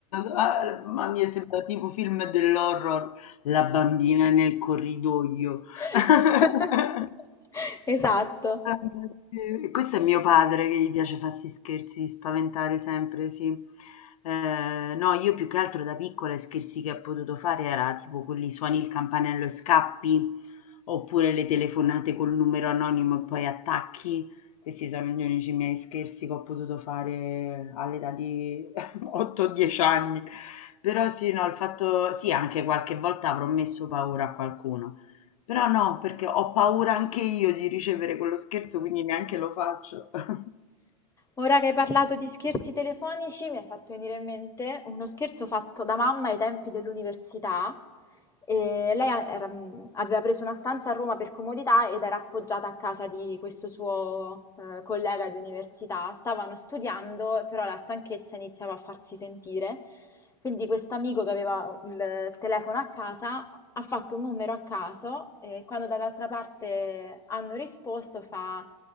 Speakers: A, on the left (about 75°); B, on the left (about 15°).
A: Ah, ma mi è sembrato tipo film dell'horror, la bambina nel corridoio.
B: <laughs>
A: <laughs>
B: Esatto.
A: Ah, sì. Questo è mio padre che gli piace farsi scherzi, di spaventare sempre, sì. Eh, no, io più che altro da piccola i scherzi che ho potuto fare era tipo quelli suoni il campanello e scappi, oppure le telefonate col numero anonimo e poi attacchi. Questi sono gli unici miei scherzi che ho potuto fare all'età di 8 o 10 anni, però sì, no, il fatto, sì, anche qualche volta avrò messo paura a qualcuno, però no, perché ho paura anche io di ricevere quello scherzo, quindi neanche lo faccio. <laughs>
B: Ora che hai parlato di scherzi telefonici, mi hai fatto venire in mente uno scherzo fatto da mamma ai tempi dell'università. E lei a- era- mh, aveva preso una stanza a Roma per comodità ed era appoggiata a casa di questo suo eh, collega di università. Stavano studiando, però la stanchezza iniziava a farsi sentire. Quindi questo amico che aveva il telefono a casa ha fatto un numero a caso e quando dall'altra parte hanno risposto fa